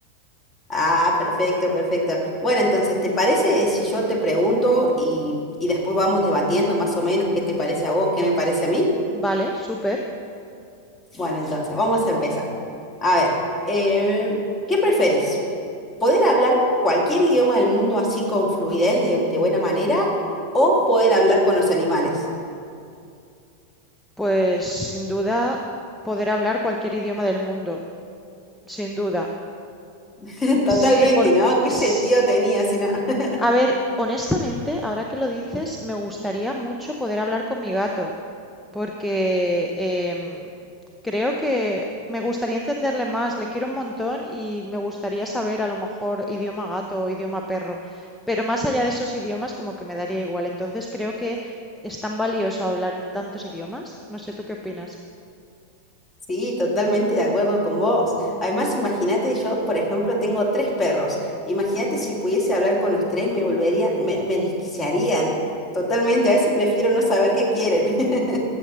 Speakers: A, on the left; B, in the centre.
A: Ah, perfecto, perfecto. Bueno, entonces, ¿te parece si yo te pregunto y, y después vamos debatiendo más o menos qué te parece a vos, qué me parece a mí?
B: Vale, súper.
A: Bueno, entonces, vamos a empezar. A ver, eh, ¿qué preferís? poder hablar cualquier idioma del mundo así con fluidez de, de buena manera o poder hablar con los animales.
B: Pues sin duda poder hablar cualquier idioma del mundo, sin duda.
A: <laughs> Totalmente,
B: Sí, porque
A: ¿no?
B: s-
A: ¿Qué sentido tenía si no? <laughs>
B: A ver, honestamente, ahora que lo dices, me gustaría mucho poder hablar con mi gato, porque em, creo que me gustaría entenderle más, le quiero un montón y me gustaría saber a lo mejor idioma gato o idioma perro, pero más allá de esos idiomas como que me daría igual, entonces creo que es tan valioso hablar de tantos idiomas, no sé, ¿tú qué opinas?
A: Sí, totalmente de acuerdo con vos. Además, imagínate, yo, por ejemplo, tengo tres perros. Imagínate si pudiese hablar con los tres, me volvería, me, me desquiciarían. Totalmente, a veces prefiero no saber qué quieren. <laughs>